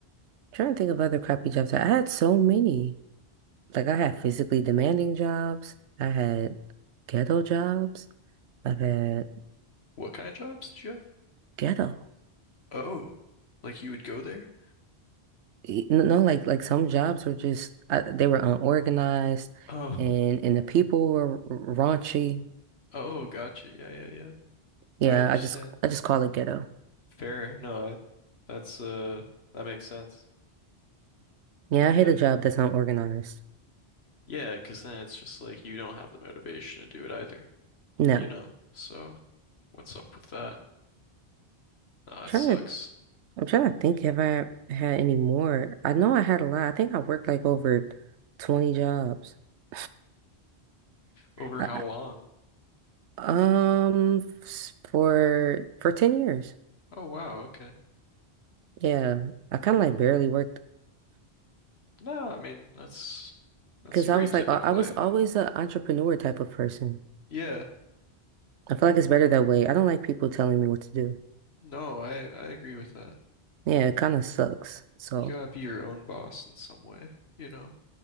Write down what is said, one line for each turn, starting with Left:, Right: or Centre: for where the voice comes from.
Right: Trying to think of other crappy jobs. I had so many. Like I had physically demanding jobs. I had ghetto jobs. I've had
Left: What kind of jobs did you have?
Right: ghetto.
Left: Oh, like you would go there?
Right: Y- No, no, like like some jobs were just I, they were unorganized,
Left: Oh,
Right: and and the people were r- raunchy.
Left: oh, gotcha. Yeah, yeah, yeah.
Right: Yeah,
Left: I understand.
Right: I just I just call it ghetto.
Left: Fair. No, I that's uh that makes sense.
Right: Yeah,
Left: Yeah.
Right: I hate a job that's unorganized.
Left: Yeah, because then it's just like you don't have the motivation to do it either,
Right: No,
Left: you
Right: I'm
Left: know? So what's up with that? Nah, that
Right: trying
Left: sucks.
Right: to I'm trying to think if I had any more. I know I had a lot. I think I worked like over 20 jobs. <laughs>
Left: Over
Right: I,
Left: how long?
Right: Um, s- for for 10 years.
Left: Oh wow, okay.
Right: Yeah. I kind
Left: Yeah.
Right: of like barely worked
Left: No, I mean that's that's
Right: because
Left: pretty
Right: I was
Left: typical,
Right: like I I was
Left: I think.
Right: always an entrepreneur type of person.
Left: Yeah.
Right: I feel like it's better that way. I don't like people telling me what to do.
Left: No, I I agree with that.
Right: Yeah, it kind of sucks. So,
Left: You gotta be your own boss in some way, you know?